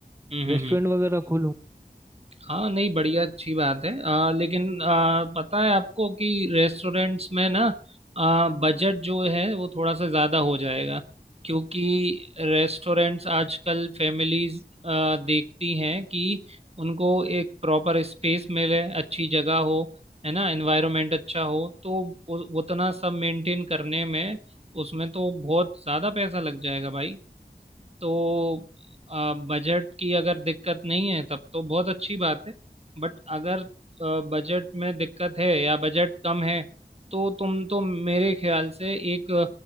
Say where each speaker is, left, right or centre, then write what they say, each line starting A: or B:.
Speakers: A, on the right (about 40°); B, on the right (about 15°).
A: हम्म हम्म
B: रेस्टोरेंट
A: हम्म।
B: वगैरह खोलूं
A: हाँ नहीं बढ़िया अच्छी बात है आ, लेकिन आ, पता है आपको कि रेस्टोरेंट्स में ना आ, बजट जो है वो थोड़ा सा ज़्यादा हो जाएगा क्योंकि रेस्टोरेंट्स आजकल फैमिलीज आ, देखती हैं कि उनको एक प्रॉपर स्पेस मिले अच्छी जगह हो है ना एनवायरनमेंट अच्छा हो तो उ- उतना सब मेंटेन करने में उसमें तो बहुत ज़्यादा पैसा लग जाएगा भाई तो अ, बजट की अगर दिक्कत नहीं है तब तो बहुत अच्छी बात है बट अगर अ, बजट में दिक्कत है या बजट कम है तो तुम तो मेरे ख्याल से एक